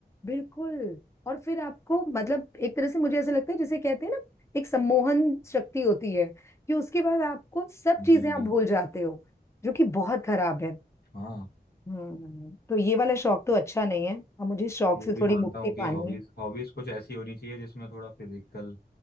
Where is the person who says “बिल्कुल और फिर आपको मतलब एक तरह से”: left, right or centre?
Left